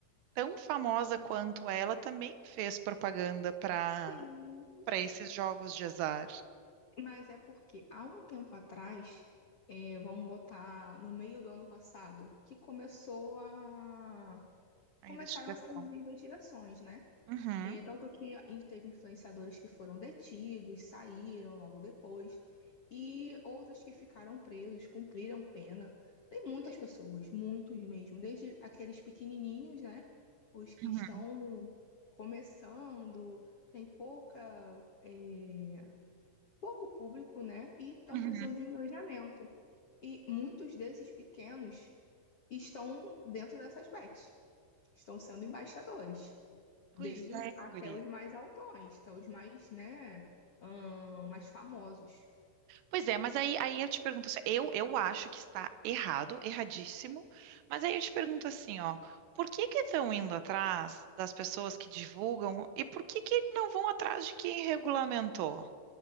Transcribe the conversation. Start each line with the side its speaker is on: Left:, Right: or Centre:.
Right: tão famosa quanto ela também fez propaganda para
Left: Sim.
Right: para esses jogos de azar.
Left: Mas é porque há um tempo atrás, é, vamos botar no meio do ano passado, que começou a
Right: A
Left: começaram
Right: investigação.
Left: essas investigações, né?
Right: Uhum,
Left: É, tanto que in- teve influenciadores que foram detidos, saíram logo depois, e outros que ficaram presos, cumpriram pena. Tem muitas pessoas, muitos mesmo, desde aqueles pequenininhos, né? Os que
Right: uhum,
Left: estão começando, tem pouca, é, pouco público, né? E estão
Right: uhum.
Left: precisando de engajamento. E muitos desses pequenos estão dentro dessas bets, estão sendo embaixadores desde
Right: Pois é,
Left: os, até
Right: guria.
Left: os mais altões, até os mais, né, ahn, mais famosos.
Right: Pois é, mas aí, aí eu te pergunto assim, eu, eu acho que está errado, erradíssimo, mas aí eu te pergunto assim, ó, por que que estão indo atrás das pessoas que divulgam e por que que não vão atrás de quem regulamentou?